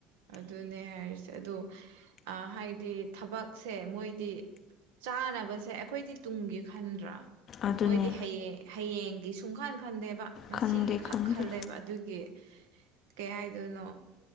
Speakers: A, on the right; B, on the left.
A: ꯑꯗꯨꯅꯦ ꯍꯥꯏꯔꯤꯁꯦ ꯑꯗꯣ ꯍꯥꯏꯗꯤ ꯊꯕꯛꯁꯦ ꯃꯣꯏꯗꯤ ꯆꯥꯅꯕꯁꯦ ꯑꯩꯈꯣꯏꯗꯤ ꯇꯨꯡꯒꯤ ꯈꯟꯗ꯭ꯔꯥ
B: ꯑꯗꯨꯅꯦ
A: ꯃꯣꯏꯗꯤ ꯍꯌꯦꯡ ꯍꯌꯦꯡꯒꯤ ꯁꯨꯡꯀꯥꯟ ꯈꯟꯗꯦꯕ ꯉꯁꯤꯒꯤ
B: ꯈꯟꯗꯦ
A: ꯈꯛ
B: ꯈꯟꯗꯦ
A: ꯈꯜꯂꯦꯕ ꯑꯗꯨꯒꯤ ꯀꯩ ꯍꯥꯏꯗꯣꯏꯅꯣ